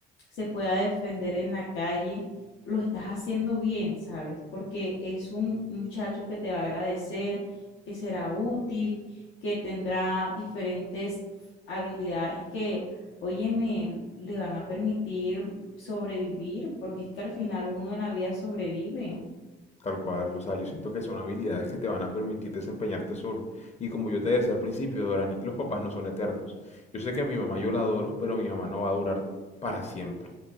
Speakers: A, on the left; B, on the left.
A: se pueda defender en la calle, lo estás haciendo bien, ¿sabes? Porque es un muchacho que te va a agradecer, que será útil, que tendrá diferentes habilidades que óyeme, le van a permitir sobrevivir, porque es que al final uno en la vida sobrevive.
B: Tal cual, o sea, yo siento que son habilidades que te van a permitir desempeñarte solo. Y como yo te decía al principio, Dorani, los papás no son eternos. Yo sé que mi mamá yo la adoro, pero mi mamá no va a durar para siempre.